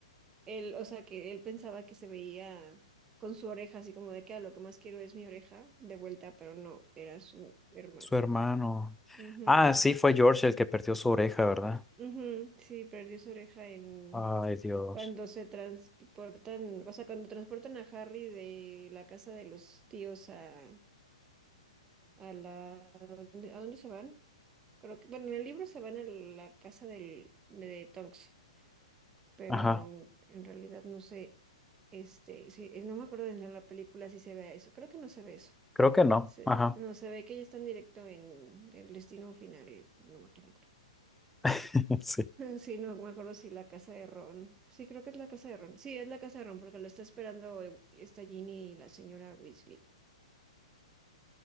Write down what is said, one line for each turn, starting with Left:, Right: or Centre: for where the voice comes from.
Right: Él, o sea, que él pensaba que se veía con su oreja, así como de que "Ah, lo que más quiero es mi oreja de vuelta, pero no, era su hermano.
Centre: su hermano.
Right: Ujú.
Centre: Ah, sí, fue George el que perdió su oreja, ¿verdad?
Right: Ujú, sí, perdió su oreja en
Centre: Ay, Dios.
Right: cuando se transportan, o sea, cuando transportan a Harry de la casa de los tíos a, a la, ¿a dónde, a dónde se van? Creo que, bueno, en el libro se van a la casa del, de, Tonks, pero
Centre: Ajá,
Right: en realidad no sé, este, sí, eh, no me acuerdo de la película si se ve eso, creo que no se ve eso.
Centre: creo que no,
Right: Se-
Centre: ajá,
Right: no, se ve que ya están directo en el destino final, no me acuerdo
Centre: <laughs> sí.
Right: Sí, no me acuerdo si la casa de Ron. Sí, creo que es la casa de Ron. Sí, es la casa de Ron porque lo está esperando eh, esta Ginny y la señora Weasley.